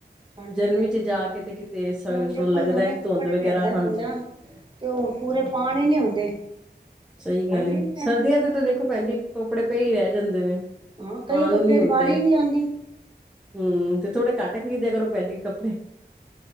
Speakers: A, on the right (about 30°); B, in the centre.
A: ਠੰਡ
B: ਜਨਵੀ
A: ਨੀ ਪੈਂਦੀ
B: ਚ ਤੇ ਜਾ ਕਿਤੇ
A: ਹੁਣ ਦੇਖੋ
B: ਲੱਗਦਾ
A: ਨਵੇਂ
B: ਹੈ
A: ਕੱਪੜੇ
B: ਧੁੰਦ
A: ਲਿਆਂਦਾ
B: ਵਗੈਰਾ, ਹਾਂਜੀ।
A: ਬੰਦਾ ਤੇ ਪੂਰੇ ਪਾਣ ਹੀ ਨੀ ਹੁੰਦੇ।
B: ਸਹੀ ਗੱਲ
A: ਠੰਡੀ
B: ਏ,
A: ਨੀ ਪੈਂਦੀ
B: ਸਰਦੀਆਂ ਤੇ ਤਾਂ ਦੇਖੋ ਭੈਨਜੀ ਕੱਪੜੇ ਪਏ ਹੀ ਰਹਿ ਜਾਂਦੇ ਨੇ।
A: ਹਾਂ, ਕਈ
B: ਪਾਣ
A: ਕੱਪੜਿਆਂ
B: ਨੂੰ ਨੀ ਹੁੰਦੇ
A: ਦੀ ਵਾਰੀ ਹੀ ਨਹੀਂ ਆਂਦੀ।
B: ਹੂੰ, ਤੇ ਥੋੜਾ ਘੱਟ ਖ਼ਰੀਦਿਆ ਕਰੋ ਪੈਂਦੀ ਕੱਪੜੇ